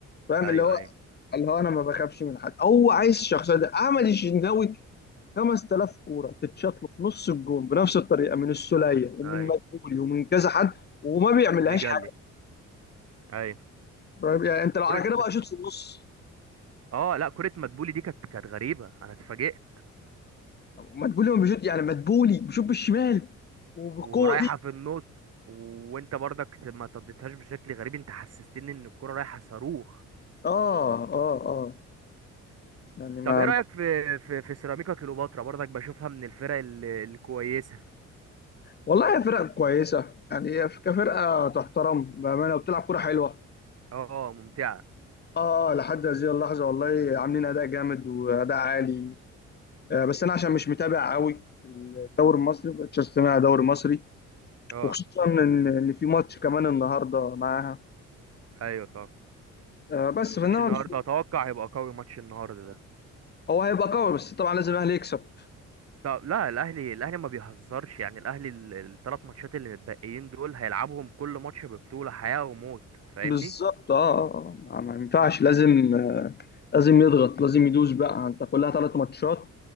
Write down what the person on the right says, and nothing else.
ايوه
ايوه
ايوه
وبيجلي
ايوه
كرة
اه لا كرة مدبولي دي كانت كانت غريبة انا اتفاجئت
ورايحة
في النص وانت برضك ما صدتهاش بشكل غريب انت حسستني ان الكرة رايحة صاروخ
طب ايه رأيك في في في سيراميكا كليوباترا برضك بشوفها من الفرق ال- الكويسة
اه ممتعة
اه
ايوه طبعا
ماتش
النهارده
اتوقع هيبقى قوي ماتش النهارده ده
طب لا الاهلي الاهلي ما بيهزرش يعني الاهلي ال- الثلاث ماتشات اللي متبقيين دول هيلعبهم كل ماتش ببطولة حياة وموت فاهمني